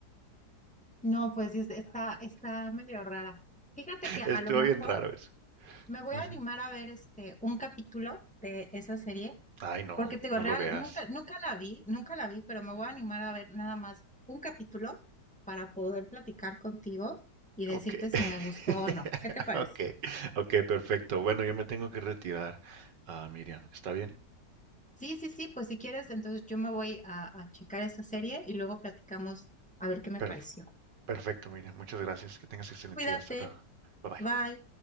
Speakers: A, in the centre; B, on the right.
A: No, pues es- está, está medio rara. Fíjate que a
B: Estuvo
A: lo mejor
B: bien raro eso.
A: me voy
B: Ujú.
A: a animar a ver este un capítulo de esa serie,
B: Ay, no,
A: porque te digo,
B: no
A: real,
B: lo veas.
A: nunca, nunca la vi, nunca la vi, pero me voy a animar a ver nada más un capítulo para poder platicar contigo y decirte
B: Ok.
A: si
B: <laughs>
A: me gustó o no. ¿Qué te parece?
B: Ok, ok, perfecto. Bueno, yo me tengo que retirar, ah, Miriam. ¿Está bien?
A: Sí, sí, sí, pues si quieres, entonces yo me voy a, a checar esa serie y luego platicamos a ver qué me
B: Perfecto.
A: pareció.
B: Perfecto, Miriam. Muchas gracias. Que tengas excelente
A: Cuídate,
B: día. Hasta luego. Bye bye.
A: bye.